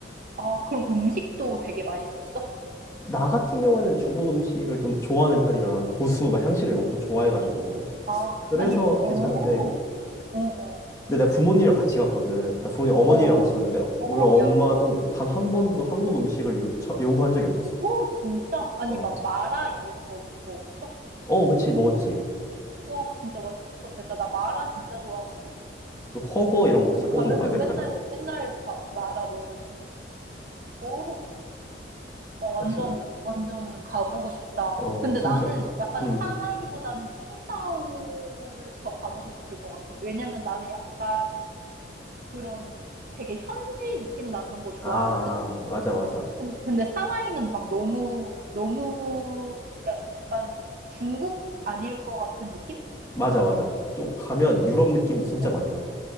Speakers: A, on the right; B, on the left.
A: 아, 그럼 음식도 되게 맛있었어?
B: 나 같은 경우에는 중국 음식을 좀 좋아하는 편이라 나는 고수, 막 향신료 이런 거 엄청 좋아해가지고
A: 아,
B: 그래서
A: 아니, 어,
B: 괜찮은데
A: 어, 어.
B: 근데 내가 부모님이랑 같이 갔거든. 아, 부모님 어머님이랑
A: 어, 어.
B: 같이 갔는데 우리
A: 어,
B: 엄마도
A: 야, 어.
B: 단 한 번도
A: 어.
B: 한국 음식을 요청, 요구한 적이 없었어.
A: 오, 진짜? 아니,
B: 어,
A: 막 마라 이런 거 먹었어?
B: 어, 그치 먹었지.
A: 와, 진짜 맛있었겠다. 나 마라 진짜 좋아하거든?
B: 허거 이런 거
A: 거기
B: 진짜 꼭
A: 가면은
B: 먹어야 돼 가면.
A: 맨날, 맨날 가, 마라 먹을 때. 오, 와, 완전,
B: 역시
A: 완전 가보고 싶다.
B: 어
A: 근데
B: 진짜.
A: 나는 약간
B: 음.
A: 상하이보다는 칭다오를 더 가보고 싶을 것 같아. 왜냐면 나는 약간 그런 되게 현지 느낌 나는 거 좋아하거든?
B: 아 아, 맞아 맞아
A: 근데, 근데 상하이는 막 너무, 너무 약간 중국 아닐 것 같은 느낌?
B: 맞아 맞아. 좀 가면 유럽 느낌이 진짜
A: 어,
B: 많이 나.